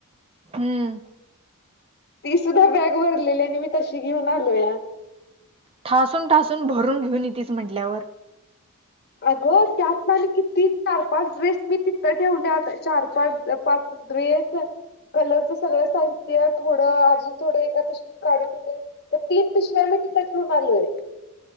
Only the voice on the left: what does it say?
ती सुद्धा बॅग भरलेली आणि मी तशी घेऊन आलेया.
अगं! त्यात माझे किती चार पाच ड्रेस मी तितं ठेवल्या होत्या. चार पाच पाच- ड्रेस. कलरच सगळं साहित्य थोडं अजून थोडं एका पिशवीत काढून ठेवल - त्या तीन पिशव्या मी तिथं ठेवून आलेय.